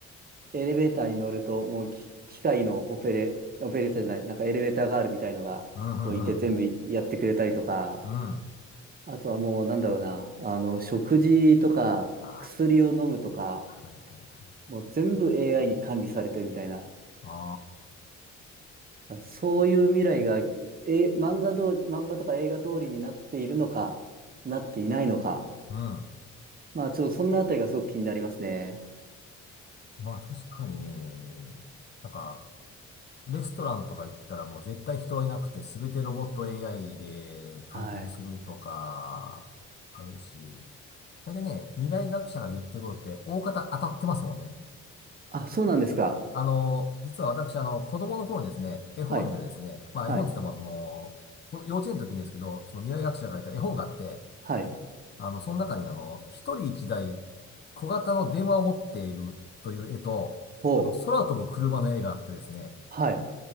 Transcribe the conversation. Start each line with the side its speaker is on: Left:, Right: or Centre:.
Right: エレベーターに乗ると、もうき機械のオペレ、オペレーターじゃない、なんかエレベーターガールみたいのが、
Left: うん、うん、
Right: こういて全部やってくれたりとか、
Left: うん。うん。
Right: あとはもうなんだろうな、あの、食事とか薬を飲むとか、
Left: ああ、はいはいはい。
Right: もう全部 AI に管理されてるみたいな、
Left: あ
Right: そういう未来が、え、漫画ど、漫画とか映画通りになっているのか、なっていないのか。
Left: あ、うん。
Right: まあちょっとそんなあたりがすごく気になりますね。
Left: まあ確かに、なんか、レストランとか行ったらもう絶対人はいなくて、すべてロボット AI で完結するとか、
Right: はい。
Left: あるし。大体ね、未来学者が言ってることって、大方当たってますもんね。
Right: あ、そうなんですか。
Left: あの、実は私、あの、子供の頃にですね、絵本でですね、
Right: はい。
Left: まあ絵本って言っても、
Right: はい。
Left: その、こ幼稚園の時にですけど、その未来学者が書いた絵本があって、
Right: はい。
Left: あの、その中にあの、一人一台小型の電話を持っているという絵と、
Right: ほう。
Left: あの、空飛ぶ車の絵があってですね、
Right: はい。